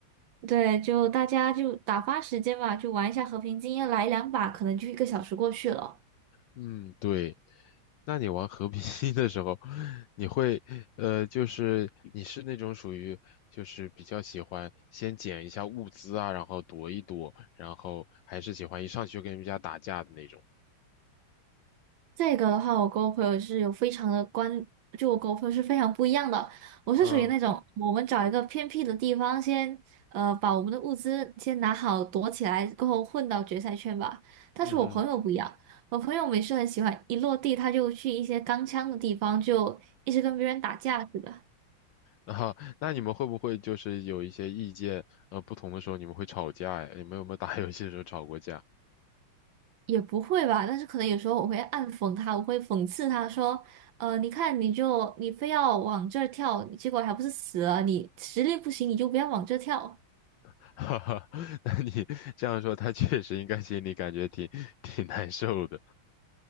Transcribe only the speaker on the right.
对，就大家就打发时间吧，就玩一下和平精英，来两把，可能就一个小时过去了。
这个的话，我跟我朋友是有非常的关，就我跟我朋友是非常不一样的。我是属于那种，
我们找一个偏僻的地方先，呃，把我们的物资先拿好，躲起来，过后混到决赛圈吧。但是我朋友不一样，
我朋友每次很喜欢一落地他就去一些钢枪的地方，就一直跟别人打架似的。
也不会吧，但是可能有时候我会暗讽他，我会讽刺他说，呃，你看你就你非要往这儿跳，结果还不是死了？你实力不行，你就不要往这儿跳。